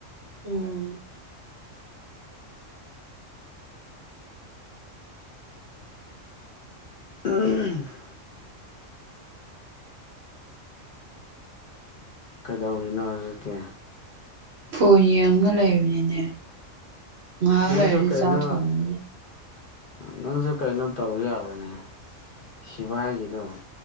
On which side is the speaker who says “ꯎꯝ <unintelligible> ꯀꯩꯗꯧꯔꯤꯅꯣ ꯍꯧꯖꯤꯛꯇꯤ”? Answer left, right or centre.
Left